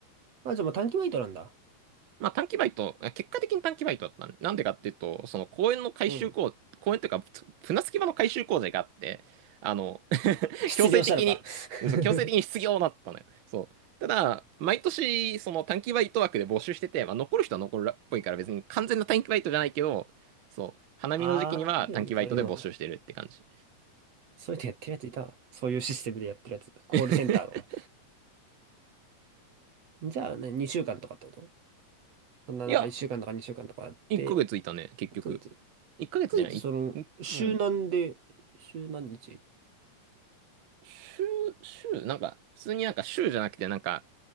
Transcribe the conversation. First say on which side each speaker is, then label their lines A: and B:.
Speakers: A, on the right (about 50°); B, on the right (about 75°).
A: あ、じゃあもう短期バイトなんだ。
B: まあ短期バイト、結果的に短期バイトだったね。なんでかっていうと、その公園の改修工、
A: うん。
B: 公園というか、ふ船着き場の改修工事があって、あの、<laughs>
A: 失業したのか。
B: 強制的に、
A: <laughs>
B: そう、強制的に失業になったのよ。そう。ただ、毎年、その短期バイト枠で募集してて、まあ残る人は残るっぽいから別に完全な短期バイトじゃないけど、そう、花見の時期には短期バイトで募集してるって感じ。
A: ああ、あるよね、そういうの。そういうのやってるやついたわ。そういうシステムでやってるやつ。コールセンターとか
B: <laughs>
A: じゃあ、ね、2週間とかってことそんな、
B: いや、
A: なんか1週間とか2週間とかあって、
B: 1ヶ月いたね、結局。
A: 1ヶ月。1月、
B: 1ヶ月じゃない、
A: その、
B: いいうん。
A: 週何で、週何日
B: 週、週、なんか、普通になんか週じゃなくて、なんか、